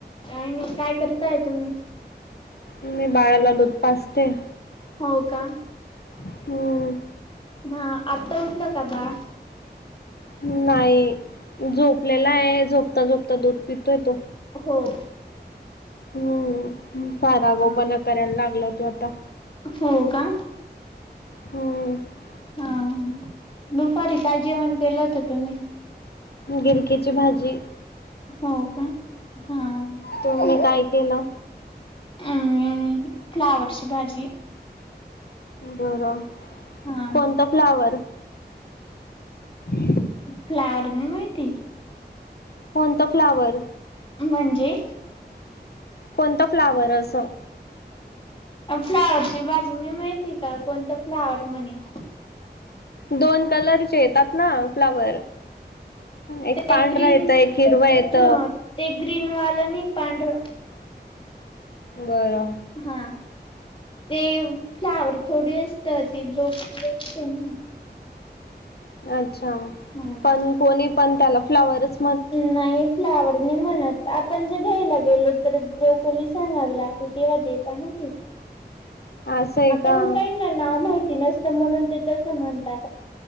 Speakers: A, on the left (about 30°); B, on the left (about 65°).
A: काय नाही. काय करताय तुम्ही?
B: मी बाळाला दूध पाचते.
A: हो का?
B: हम्म
A: हा आत्ता उठलं का बाळ?
B: नाही झोपलेला आहे. झोपता झोपता दूध पितोय तो.
A: हो.
B: हम्म. फारा आगाव
A: हा
B: पना कराय लागला तो आता.
A: हो का?
B: हम्म
A: हा. दुपारी काय जेवण केलं होतं तुम्ही?
B: गिरकीची भाजी
A: हो का? हा.
B: तुम्ही काय केलं?
A: अम फ्लावरची भाजी
B: बरं
A: हा
B: कोणत फ्लावर? <inaudible>
A: फ्लॉवर नाई माहिती?
B: कोणत फ्लावर?
A: म्हणजे?
B: कोणत फ्लावर अस
A: फ्लावरची भजी नाई माहिती का? कोणत फ्लावर म्हणे
B: दोन कलरचे येतात ना फ्लावर? एक
A: ते
B: पांढरा
A: ग्रीन
B: येत, एक हिरवा येत.
A: हा ते ग्रीन वालं नाही पांढरं
B: बरं.
A: हा ते फ्लावर थोडी असत ती ब्रोकली असते ना.
B: अच्छा
A: हा.
B: पण कोणी पण त्याला फ्लवरच.
A: नाही फ्लावर नाही म्हणत. आपण जे घ्यायला गेलो तर ब्रोकोली सांगावी लागते तेव्हा देताना ते
B: असं आहे
A: आता
B: का
A: मग काही ना ना माहिती नसतं म्हणून ते तस म्हणता.